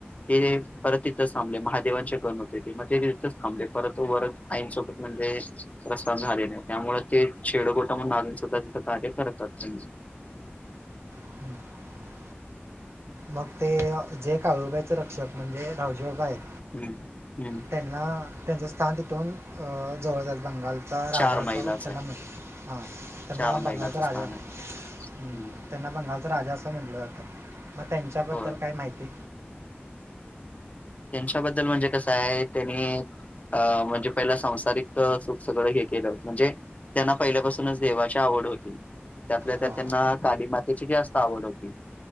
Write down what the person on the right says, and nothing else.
<inaudible> मग ते जे काळूबाईच रक्षक. म्हणजे धाऊजी बाबा आहेत
त्यांना. त्यांचं स्थान तिथून जवळ झालं. बंगालचा
राजा असं
त्यांना
म्हटल, हां त्यांना
बंगालचा
राजा
हं. त्यांना बंगालचा राजा असं म्हटलं जातं. मग त्यांच्याबद्दल
काय माहिती,?
हां